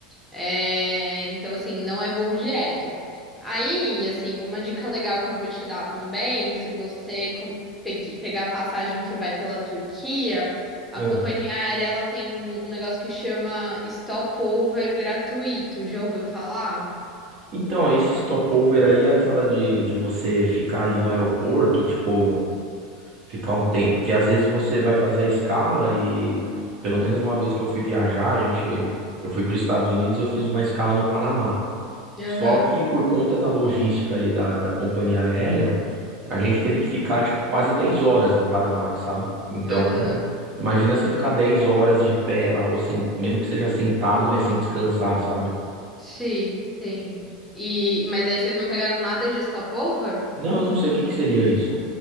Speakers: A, in the centre; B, on the right (about 45°).
A: É, então, assim, não é voo direto. Aí, assim, uma dica legal que eu vou te dar também, se você com- pegue- pegar a passagem que vai pela Turquia, a
B: É.
A: companhia aérea ela tem um negócio que chama stopover gratuito. Já ouviu falar?
B: Então, esse stopover aí é aquela de, de você ficar ali no aeroporto, tipo, ficar um tempo, porque às vezes você vai fazer a escala e pelo menos uma vez que eu fui viajar, a gente, eu fui para os Estados Unidos e eu fiz uma escala no Panamá.
A: Aham.
B: Só que por conta da logística ali da, da companhia aérea, a gente teve que ficar, tipo, quase 10 horas no Panamá, sabe? Então,
A: Aham.
B: imagina você ficar 10 horas de pé lá, ou sem, mesmo que seja sentado, mas sem descansar, sabe?
A: Sim, sim. E, mas aí vocês não pegaram nada de stopover?
B: Não, eu não sei o que que seria isso.